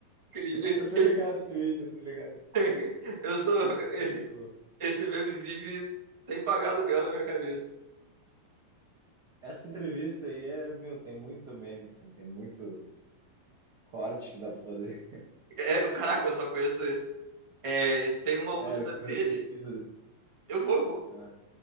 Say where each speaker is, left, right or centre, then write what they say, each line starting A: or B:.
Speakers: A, on the right; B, on the right.
A: Aquele jeito
B: Eu tô
A: que
B: ligado
A: ele
B: esse vídeo, eu tô ligado.
A: tem. <laughs> Eu sou.
B: É
A: Esse,
B: muito bom.
A: esse meme vive sem pagar aluguel na minha cabeça.
B: Essa entrevista aí é, meu, tem muito meme, assim, tem muito corte que dá pra fazer.
A: É, é, caraca, eu só conheço esse. É, tem
B: <laughs>
A: uma
B: Sério,
A: música
B: por-
A: dele.
B: pesquisa. de-
A: Eu vou, eu vou.
B: Ah,